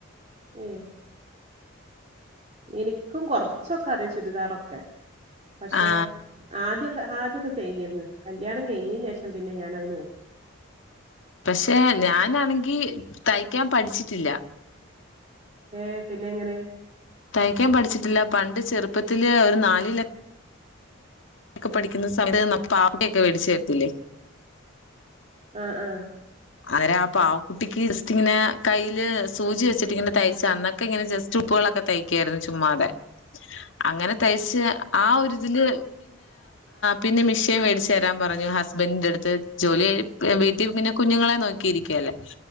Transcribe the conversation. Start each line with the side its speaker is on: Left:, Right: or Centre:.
Right: ഏഹ് ഇനിക്കും കൊറച്ചൊക്കെ അറിയാ ചുരിദാറൊക്കെ പക്ഷേ
Left: ആ
Right: ആദ്യൊക്കെ ആദ്യൊക്കെ ചെയ്തീര്ന്ന് കല്ല്യാണം കഴിഞ്ഞേന്റേഷം പിന്നെ ഞാനത് നോ
Left: പക്ഷേ ഞാനാണെങ്കി തയ്ക്കാന് പഠിച്ചിട്ടില്ല
Right: ഏഹ് പിന്നെ എങ്ങനെ
Left: തയ്ക്കാൻ പഠിച്ചിട്ടില്ല പണ്ട് ചെറുപ്പത്തില് നാല് ക്കെ പഠിക്കുന്ന സമയത്ത് പാവാടയൊക്കെ വേടിച് തരില്ലേ
Right: ആഹ് ആഹ്
Left: ആരാ പാവക്കുട്ടിക്ക് ജസ്റ്റ്ങ്ങനെ കയ്ല് സൂചിവെച്ചിട്ട് തയ്ച്ചന്ന് ഇങ്ങനെ ജെസ്റ്റ് ഉപ്പുവെളൊക്കെ തയ്ക്കായിരുന്നു ചുമ്മാതെ അങ്ങനെ തയ്ച്ച് ആഹ് ഒരിതില് പിന്നെ മെഷീൻ വെടിച്ച് തരാൻ പറഞ്ഞു ഹസ്ന്റിന്റെടുത്ത് ജോലിയായി വീട്ടില് ഇര് കുഞ്ഞുങ്ങളെ
Right: ഉം
Left: നോക്കിയിരിക്കല്ലേ